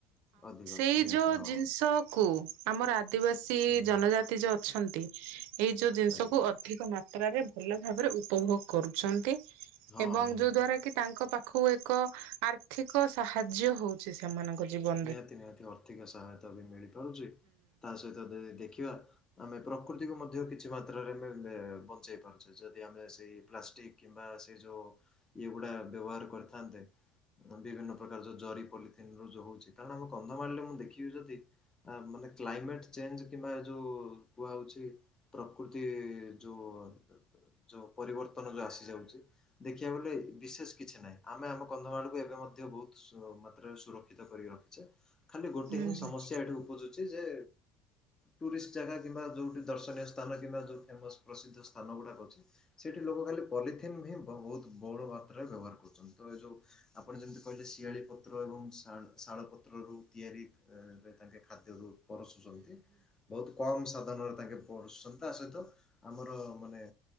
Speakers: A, on the left; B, on the right.
A: ଅଧିକ ଅଧିକ
B: ଏଇ
A: ନିହାତି
B: ଯୋଉ
A: ହଁ
B: ଜିନିଷ କୁ ଆମର ଆଦିବାସୀ
A: ହୁଁ ହୁଁ
B: ଜନଜାତି ଯୋଉ ଅଛନ୍ତି। ଏଇ ଯୋଉ ଜିନିଷ
A: ଆଜ୍ଞା।
B: କୁ ଅଧିକ ମାତ୍ରାରେ ଭଲ ଭାବରେ ଉପଭୋଗ କରୁଛନ୍ତି।
A: ହଁ
B: ଏବଂ
A: ନିହାତି।
B: ଯୋଉ ଦ୍ଵାରା କି ତାଙ୍କ ପାଖକୁ ଏକ ଆର୍ଥିକ ସାହାଯ୍ୟ ହଉ ସେ ସେମାନଙ୍କ ଜୀବନ
A: ନିହାତି ନିହାତି ଅର୍ଥିକ ସହାୟତା ବି ମିଳିପାରୁଛି ତା ସହିତ ତ ଦେଖିବା ଆମେ ପ୍ରକୃତିକୁ ମଧ୍ୟ କିଛି ମାତ୍ରାରେ ଆମେ ବଞ୍ଚେଇ ପାରୁ ଯଦି ଆମେ ସେଇ ପ୍ଲାଷ୍ଟିକ୍ କିମ୍ବା ସେ ଯଉ ଇଏଗୁଡା ବ୍ୟବହାର କରିଥାନ୍ତେ ବିଭିନ୍ନ ପ୍ରକାର ଯୋଉ ଜରି ପଲିଥିିନ ର ଯୋଉ ହଉଛି କାରଣ ଆମେ କନ୍ଧ ମାରିଲେ ମୁଁ ଦେଖିବି ଯଦି ମାନେ କ୍ଲାଇମେଟ ଚେଞ୍ଜ କିମ୍ବା ଯୋଉ କୁହା ହଉଛି ପ୍ରକୃତି ଯୋଉ ଯୋଉ ପରିବର୍ତ୍ତନ ଯୋଉ ଆସି ଯାଉଛି ଦେଖିବାକୁ ବଲେ ବିଶେଷ କିଛି ନହିଁ ଆମେ ଆମ କନ୍ଧମାଳକୁ ଏବେ ମଧ୍ୟ ବହୁତ ମାତ୍ରାରେ ସୁରକ୍ଷିତ କରିକି ରଖିଛେ। ଖାଲି
B: ସେଇଟା
A: ଗୋଟେ ହିଁ ସମସ୍ୟା ଏଠି ଉପୁଜୁଛି ଯେ ଟୁରିଷ୍ଟ ଜାଗା କିମ୍ବା ଯେଉଁଠି ଦର୍ଶନୀୟ ସ୍ଥାନ କିମ୍ବା ଯେଉଁ ଫେମସ୍ ପ୍ରସିଦ୍ଧ ସ୍ଥାନ ଗୁଡ଼ାକ ଅଛି ସେଇଠି ଲୋକ ଖାଲି ପଲିଥିନ୍ ହଁ ବହୁତ ବହୁ ମାତ୍ରାରେ ବ୍ୟବହାର କରୁଛନ୍ତି। ତ ଏ ଯୋଉ ଆପଣ ଯେମିତି କହିଲେ ଶିଆଳି ପତ୍ର ଏବଂ ଶାଳ ପ ତ୍ରା ରୁ ତିଆରି ତାଙ୍କେ ଖାଦ୍ୟରୁ ପରସୁଛନ୍ତି ବହୁତ କମ ସାଧନରେ ତାଙ୍କେ ପସୁଛନ୍ତି ତା ସହିତ ଆମର ମାନେ